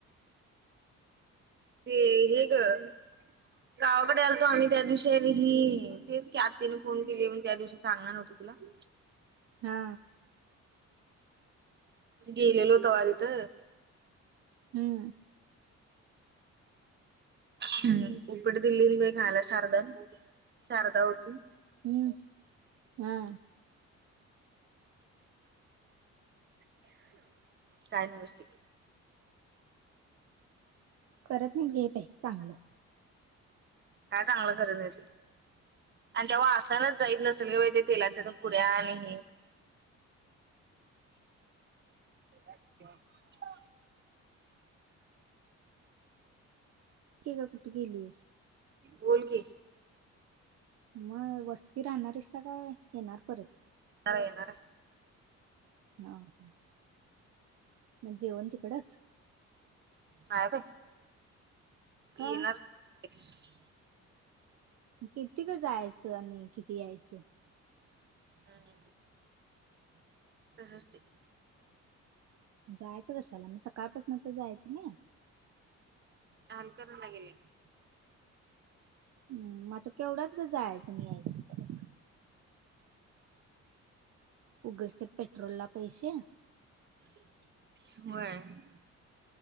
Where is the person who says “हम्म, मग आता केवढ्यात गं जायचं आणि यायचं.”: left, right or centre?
Right